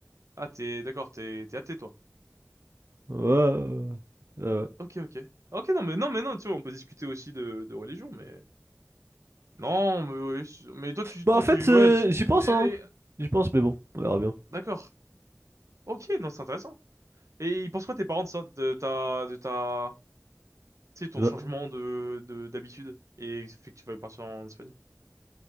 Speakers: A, on the right (about 80°); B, on the right (about 55°).
A: Ah, t'es... D'accord, t'es t'es athée, toi.
B: Ouais, ouais, ouais. Ouais, ouais.
A: Ok, ok. Ok, non, mais non, mais non, tu vois, on peut discuter aussi de, de religion, mais... Non, mais, oui, mais toi, tu...
B: Bah,
A: Toi,
B: en fait,
A: tu...
B: euh,
A: Ouais. c'est-
B: j'y pense,
A: Eh,
B: hein. J'y pense, mais bon, on verra bien.
A: D'accord. Ok, non, c'est intéressant. Et ils pensent quoi tes parents de ça? De ta... De ta... Tu sais, ton
B: Bah,
A: changement de... de... d'habitude. Et fait que tu vas partir en Espagne.